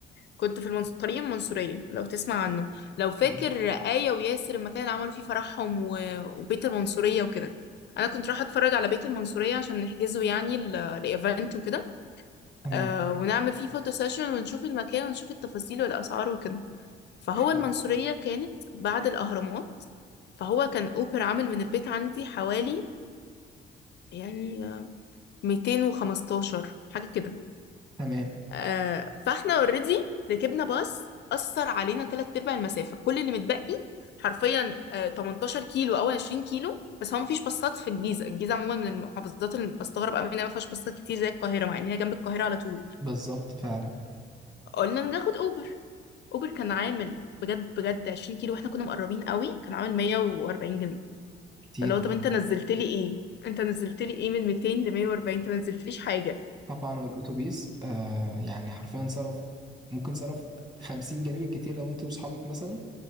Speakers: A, on the left; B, on the right.
A: كنت في المنص... طريق المنصوريه لو تسمع عنه لو فاكر
B: تمام
A: آية وياسر المكان اللي عملوا فيه فرحهم و... وبيت المنصوريه وكده انا كنت رايحه اتفرج على بيت المنصوريه عشان نحجزه يعني ل- لايفنت وكده
B: تمام
A: آه ونعمل فيه فوتو سيشن ونشوف المكان ونشوف التفاصيل والاسعار وكده فهو
B: حلو
A: المنصورية كانت بعد الأهرامات فهو كان أوبر عامل من البيت عندي حوالي يعني 215 حاجة كده
B: تمام
A: آه فاحنا اوريدي ركبنا باص أثر علينا تلات أرباع المسافة كل اللي متبقي حرفيا آه 18 كيلو أو 20 كيلو بس هو مفيش باصات في الجيزة الجيزة عموما من المحافظات اللي بستغرب أوي إنها مفيهاش باصات كتير زي القاهرة مع إن هي جنب القاهرة على طول
B: بالظبط فعلا
A: قلنا ناخد أوبر أوبر كان عامل بجد بجد 20 كيلو واحنا كنا مقربين قوي كان عامل 140 جنيه
B: كتير
A: فلو
B: والله.
A: طب انت نزلت لي ايه انت نزلت لي ايه من 200 ل 140 انت ما نزلتليش حاجه
B: طبعا والاتوبيس آه يعني حرفيا صرف ممكن صرف 50 جنيه بالكتير لو انت واصحابك مثلا